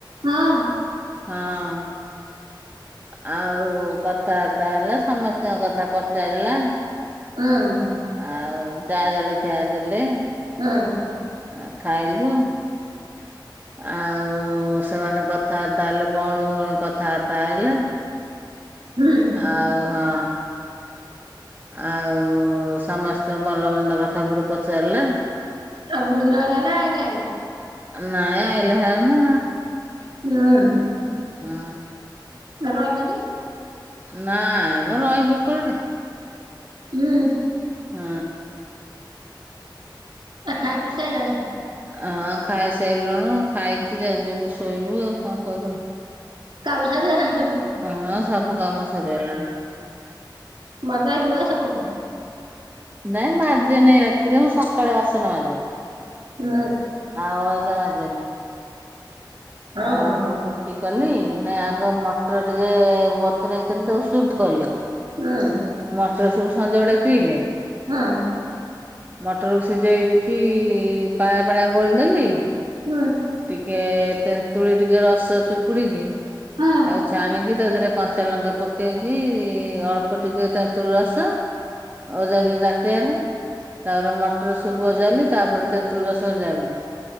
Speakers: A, on the right; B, on the right.
A: ହଁ।
B: ହଁ। ଆଉ କଥାବାର୍ତ୍ତା ହେଲା ସମସ୍ତଙ୍କ କଥା ପଚାରିଲା।
A: ହୁଁ।
B: ଆଉ ଚା ଜଳଖିଆ ଦେଲେ।
A: ହୁଁ।
B: ଆ ଖାଇଲୁ। ଆଉ ସେମାନେ କଥାବାର୍ତ୍ତା ହେଲେ ଭଉଣୀ ଭଉଣୀ କଥାବାର୍ତା ହେଲେ।
A: ହୁଁ
B: ଆଉ ହଁ। ଆଉ ସମସ୍ତଙ୍କ ଭଲ ମନ୍ଦ କଥା ବୁଢି ପଚାରିଲା।
A: ଆଉ ବୁଢୀ ରହିଲା ନା ଗାଁ ରେ।
B: ନାଇଁ ଆଇଲା ହାରି ନା।
A: ହୁଁ।
B: ହୁଁ।
A: ରହିଲାନି।
B: ନାଇଁ ମ ରହିବ କୁଆଡେ।
A: ହୁଁ।
B: ହୁଁ।
A: ଆ ଖାଇ ପିଇ ସାଇଲଣି?
B: ଆ ଖାଇସାଇଲୁଣୁ ଖାଇକି ଯା ଯିବୁ ଶୋଇବୁ ଆଉ କଣ କରିବୁ।
A: କାମ ସରିଗଲାଣି ସବୁ?
B: ହଁ ସବୁ କାମ ସରିଗଲାଣି।
A: ମଜା ଧୁଆ ସବୁ?
B: ନାଇଁ ମାଜେ ନାଇଁ ରାତିରେ ମୁଁ ସକ୍ ସକାଳେ ବାସନ ମାଜେ ଆ
A: ହୁଁ
B: ଅବିଗା ମାଜେ ନା।
A: ହଁ
B: ଆଉ
A: ହଁ
B: ବୁ ଟି କଲି ନା ଆଗ ମଟର ଟିକେ ବତୁରେଇ ଥିଲି ତାକୁ ସୁପ କଲି।
A: ହୁଁ।
B: ମଟର ସୁପ୍ ସଞ୍ଜ ବେଳେ ପିଇଲେ।
A: ହୁଁ।
B: ମଟରକୁ ସିଜେଇ ଦେଇକି ପାଣିଆ ପାଣିଆ ଗୋଳି ଦେଲି।
A: ହୁଁ।
B: ଟିକେ ତେନ୍ତୁଳି ଟିକେ ରସ ଚୁପୁଡିକି
A: ହଁ।
B: ତାକୁ ଛାଣିକି ତା ଦେହରେ କଞ୍ଚା ଲଙ୍କା ପକେଇକି ଅଳ୍ପ ଟିକେ ତେନ୍ତୁଳ ରସ ଓଜାରିଲି ତାଟିଆରେ ତାପରେ ମ ମଟର ସୁପ ଓଜାଡିଲି ତାପରେ ତେନ୍ତୁଳି ରସ ଓଜାଡିଲି